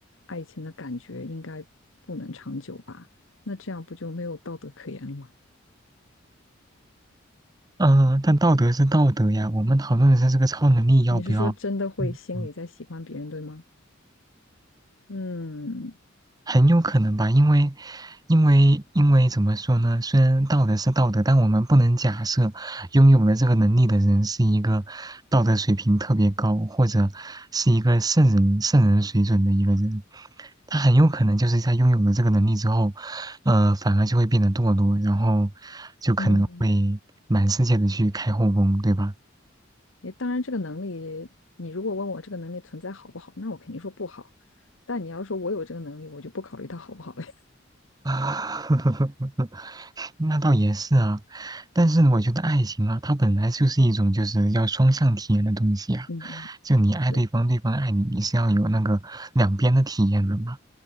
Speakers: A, on the left; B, on the right.
A: 爱情的感觉，应该不能长久吧？那这样不就没有道德可言了吗？
B: 嗯、但道德是道德呀，我们讨论的是这个超能力要不要，
A: 你是说真的会心里在喜欢别人，
B: 嗯嗯
A: 对吗？嗯
B: 很有可能吧，因为，因为，因为怎么说呢？虽然道德是道德，但我们不能假设拥有了这个能力的人是一个道德水平特别高，或者是一个圣人、圣人水准的一个人。他很有可能就是在拥有了这个能力之后，呃，反而就会变得堕落，然后就可能会满世界的去开后宫，
A: 嗯，
B: 对吧？
A: 也当然，这个能力，你如果问我这个能力存在好不好，那我肯定说不好。但你要说我有这个能力，我就不考虑它好不好了。<laughs>
B: <laughs> 那倒也是啊，但是我觉得爱情啊，它本来就是一种就是要双向体验的东西啊。
A: 嗯嗯，
B: 就你爱对方，
A: 是，
B: 对方爱你，你是要有那个两边的体验的嘛。